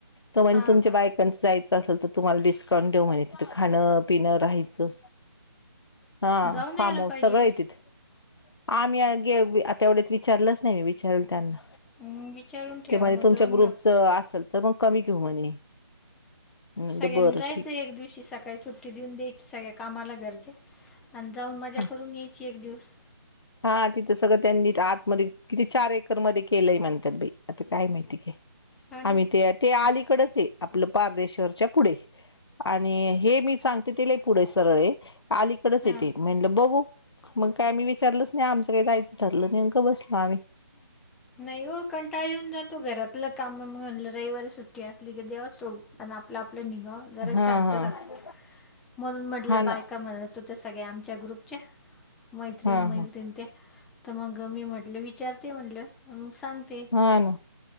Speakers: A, on the left (about 75°); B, in the centre.
A: त म्ह
B: हा
A: तुमच्या
B: का
A: बायकां जायचं असेल तर तुम्हाला डिस्काउंट देऊ म्हहि तिथं खाणं पिंहायचं हा
B: जाऊन
A: फार्म
B: यायला
A: हाऊस
B: पाहिजे
A: सगळं
B: मग
A: आहे तिथ आम्ही गे आता एवढ्याच विचारलंच नाही मी विचारल त्यांना
B: हम्म, विचारून ठेवा
A: ते म्हज
B: मग
A: तुमच्या
B: जाऊन
A: ग्रुपच
B: या
A: असेल तर मग कमी घेऊ म्हणे. म्हणलं
B: सगळ्यांनी
A: बरं
B: जायचं
A: ठीक
B: एक दिवशी सकाळी. काही सुट्टी देऊन द्यायची सगळ्या कामाला गरजे आणि जाऊन मजा
A: हा
B: करून यायची एक दिवस.
A: हा तिथं सगळं त्यांनी आतमध्ये किती चार एकर मध्ये केलंय म्हणतात बाई आता काय माहिती काय
B: हा ना
A: आम्ही ते ते अलीकडच आहे आपलं पारदेश्वरच्या पुढे आणि हे मी सांगते तेला पुढे सरळे अलीकडेच
B: हा
A: येते म्हणलं बघू मग काय आम्ही विचारलच नाही आमचं काही जायचं ठरलं नाही बसलो आम्ही
B: नाही हो कंटाळ येऊन जातो घरातलं काम म्ह रविवारी सुट्टी असली की देवस सोडत आणि आपलं, आपलं निगाव, जरा
A: हा
B: शांत
A: हा
B: राहतं म्हणून म्हटलं
A: हा ना
B: बायकामध्ये त्या सगळ्या, आमच्या ग्रुपच्या, मैत्रीण,
A: हा
B: मैत्रीण
A: हा
B: त्या तर मग मी म्हटलं, विचारते म्हटलं, मग सांगते,
A: हा ना